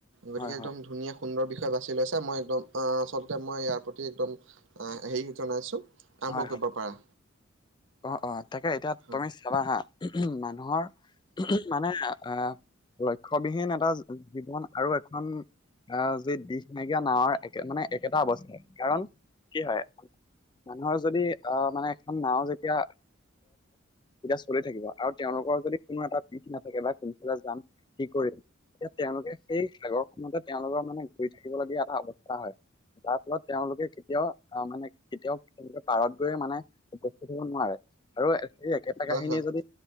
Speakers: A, on the right; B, on the left.
A: গতিকে
B: হয়
A: একদম
B: হয়
A: ধুনীয়া সুন্দৰ বিষয় বাছি লৈছো মই একদম আহ আচলতে মই ইয়াৰ প্ৰতি একদম আহ হেৰি জনাইছোঁ। আৰম্ভ
B: হয় হয়
A: কৰিব পাৰা।
B: অ', অ, তাকে এতিয়া
A: হয়
B: তুমি চাবা হা, মানুহৰ, মানে আহ লক্ষ্যবিহীন এটা জীৱন, আৰু এখন আহ যি দিশ নাইকিয়া নাৱৰ একে মানে একেটা অৱস্থাই কাৰণ কি হয়, মানুহৰ যদি আহ মানে এখন নাওঁ যেতিয়া এতিয়া চলি থাকিব আৰু তেওঁলোকৰ যদি কোনো এটা দিশ নাথাকে বা কোনফালে যাম কি কৰিম। এতিয়া তেওঁলোকে সেই আগৰখনতে তেওঁলোকৰ মানে ঘূৰি থাকিবলগীয়া এটা অৱস্থা হয়। যাৰ ফলত তেওঁলোকে কেতিয়াও আহ মানে কেতিয়াও তেওঁলোকে পাৰত গৈয়ে মানে থাকিব নোৱাৰে, আৰু সেই একেটা
A: হয়
B: কাহিনীয়ে
A: হয়
B: যদি,